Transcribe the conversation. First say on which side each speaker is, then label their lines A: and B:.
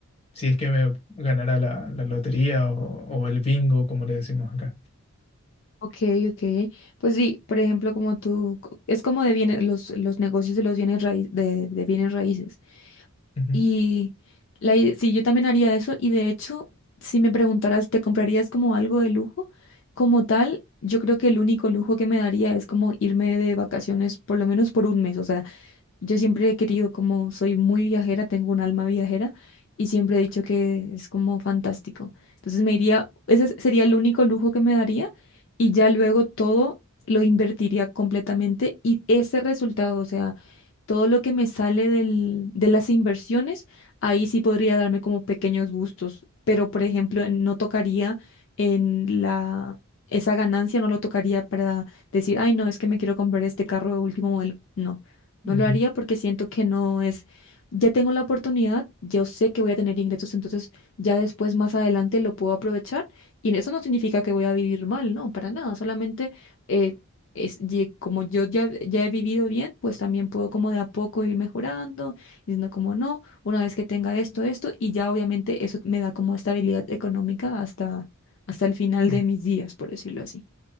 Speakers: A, on the left; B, on the left.
A: si es que me ganara la, la lotería o, o el bingo, como le decimos acá.
B: Ok, ok. Pues sí, por ejemplo, como tú, co- es como de bienes, los, los negocios de los bienes raíces, de, de bienes raíces.
A: Ujú,
B: Y la, ide- sí, yo también haría eso. Y de hecho, si me preguntaras, ¿te comprarías como algo de lujo? Como tal, yo creo que el único lujo que me daría es como irme de vacaciones por lo menos por un mes. O sea, yo siempre he querido, como soy muy viajera, tengo un alma viajera y siempre he dicho que es como fantástico. Entonces me iría, ese es- sería el único lujo que me daría y ya luego todo lo invertiría completamente y ese resultado, o sea, todo lo que me sale del- de las inversiones, ahí sí podría darme como pequeños gustos, pero por ejemplo, no tocaría en la... Esa ganancia no lo tocaría para decir, ay, no, es que me quiero comprar este carro de último modelo. No.
A: ujú,
B: No lo haría porque siento que no es, ya tengo la oportunidad, yo sé que voy a tener ingresos, entonces ya después más adelante lo puedo aprovechar y eso no significa que voy a vivir mal, no, para nada, solamente eh, es, ye- como yo ya, ya he vivido bien, pues también puedo como de a poco ir mejorando, diciendo como no, una vez que tenga esto, esto y ya obviamente eso me da como estabilidad económica hasta, hasta el final
A: ujú.
B: de mis días, por decirlo así.